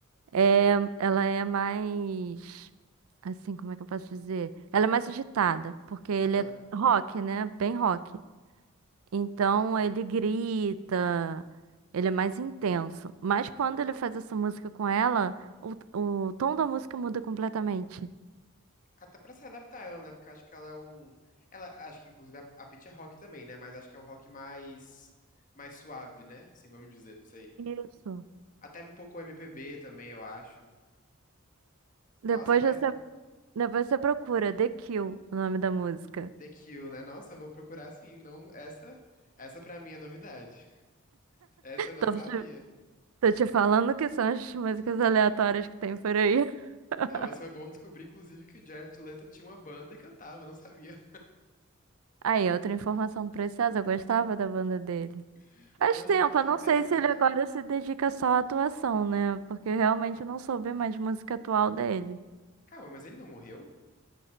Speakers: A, on the right; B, on the left.
A: É, ela é mais, assim, como é que eu posso dizer? Ela é mais agitada, porque ele
B: Aham,
A: é rock, né? Bem rock. Então
B: aham.
A: ele grita, ele é mais intenso. Mas quando ele faz essa música com ela, o, o tom da música muda completamente.
B: Até pra se adaptar ela, né? Porque eu acho que ela é um. Ela, acho que inclusive a, a Pitty é rock também, né? Mas acho que é um rock mais. Mais suave, né? Assim, vamos dizer, não sei.
A: Isso.
B: Até um pouco MPB também, eu acho.
A: Depois
B: Nossa, mas.
A: você, depois você procura The Kill, o nome da música.
B: The Kill, né? Nossa, eu vou procurar sim. Não, essa. Essa pra mim é novidade. <laughs> Essa eu não
A: Tô
B: sabia.
A: te, tô te falando que são as músicas aleatórias que tem por aí. <laughs>
B: Não, mas foi bom descobrir, inclusive, que o Jared Leto tinha uma banda e cantava, não sabia.
A: Aí, outra informação preciosa, eu gostava da banda dele.
B: <laughs>
A: Faz
B: Hoje,
A: tempo,
B: que
A: eu não
B: interessante.
A: sei se ele agora se dedica só à atuação, né? Porque eu realmente não soube mais música atual dele.
B: Calma, mas ele não morreu?